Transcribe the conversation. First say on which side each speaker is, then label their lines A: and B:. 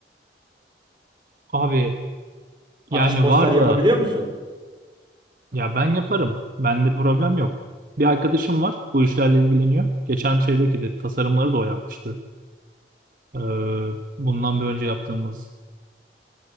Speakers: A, on the right; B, on the right.
A: Abi
B: Afiş
A: yani
B: poster
A: var
B: yapabiliyor
A: da
B: musun?
A: ya ben yaparım. Bende problem yok. Bir arkadaşım var. Bu işlerle ilgileniyor. Geçen şeydeki de tasarımları da o yapmıştı. Ee, bundan bir önce yaptığımız